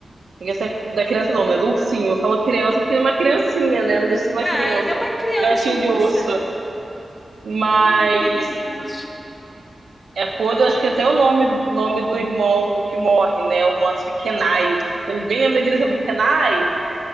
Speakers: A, on the right; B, on the left.
A: Chega a ser- Da criança não, né? Do ursinho. Eu falo criança porque é uma criancinha, né? Não deixa de ser uma
B: Ah,
A: criança.
B: ele é uma criança,
A: Gatinho
B: um
A: de
B: urso.
A: urso. Mas
B: É um bebezinho urso.
A: é Coda, acho que até o nome, nome do irmão que morre, né? O mano, acho que é Kenai. Eu bem lembro da igreja do Kenai.